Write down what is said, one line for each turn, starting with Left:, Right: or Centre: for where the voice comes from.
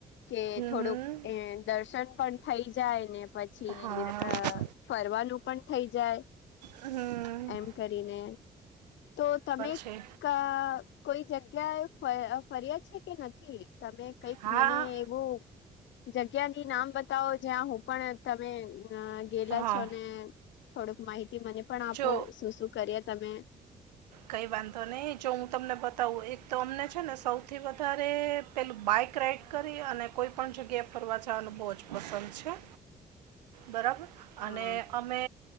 Left: કે
Right: હમ
Left: થોડુંક
Right: હમ.
Left: એ દર્શન પણ થઈ જાય ને પછી
Right: હા
Left: અહ, ફરવાનું પણ થઈ જાય
Right: હમ્મ
Left: એમ કરીને તો તમે
Right: છે
Left: કા, કોઈ જગ્યાએ ફય, અહ, ફર્યા છે કે નથી તમે? કઈક
Right: હા
Left: મને એવું જગ્યાની નામ બતાવો જ્યાં હું પણ તમે અહ, ગેલા
Right: હા
Left: છો ને થોડોક માહિતી મને પણ આપો
Right: જો
Left: શું શું કરીએ તમે
Right: કંઈ વાંધો નહીં જો હું તમને બતાવું એક તો અમને છે ને સૌથી વધારે પેલું બાઈક રાઈડ કરી અને કોઈ પણ જગ્યાએ ફરવા જવાનું બોવ જ પસંદ છે. બરાબર
Left: હા.
Right: અને અમે